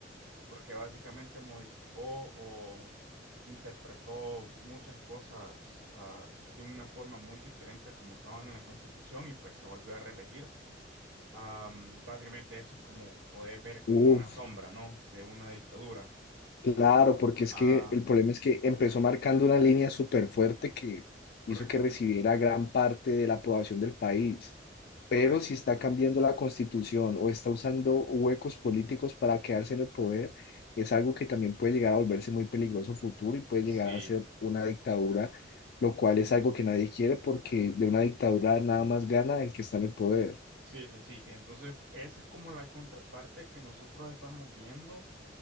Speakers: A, on the right; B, on the left.
A: porque básicamente modificó o interpretó muchas cosas ah, de una forma muy diferente a como estaban en la Constitución y pues se volvió a reelegir. Am, básicamente eso es como poder ver como
B: Uf,
A: una sombra, ¿no? De una dictadura.
B: Claro, porque es
A: Am,
B: que el problema es que empezó marcando una línea súper fuerte que
A: correcto,
B: hizo que recibiera gran parte de la aprobación del país.
A: correcto.
B: Pero si está cambiando la constitución o está usando huecos políticos para quedarse en el poder, es algo que también puede llegar a volverse muy peligroso futuro y puede llegar
A: Sí,
B: a ser una dictadura, lo cual es algo que nadie quiere porque de una dictadura nada más gana el que está en el poder.
A: sí, sí, sí. Entonces, esa es como la contraparte que nosotros estamos viendo